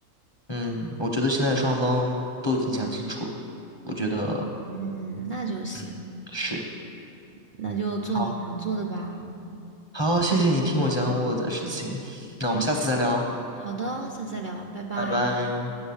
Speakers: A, on the left; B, on the right.
A: 嗯，我觉得现在双方都已经讲清楚了。我觉得，
B: 嗯，那就行，
A: 嗯，是，
B: 那就做你想做的吧。
A: 好，好，谢谢你听我讲我的事情，那我们下次再聊，
B: 嗯，好的，下次再聊，拜拜。
A: 拜拜。